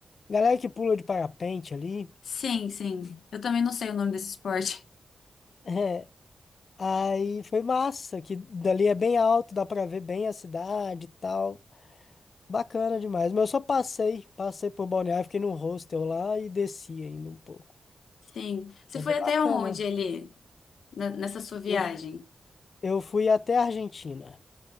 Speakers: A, on the left; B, on the left.
A: galera que pula de parapente ali. <laughs>
B: Sim, sim. Eu também não sei o nome desse esporte.
A: É. Aí foi massa, que dali é bem alto, dá pra ver bem a cidade e tal. Bacana demais. Mas eu só passei, passei por Balneário, fiquei num hostel lá e desci ainda um pouco.
B: Sim. Você
A: Mas
B: foi
A: é bacana.
B: até onde ali, na- nessa sua viagem?
A: Eu, eu fui até a Argentina,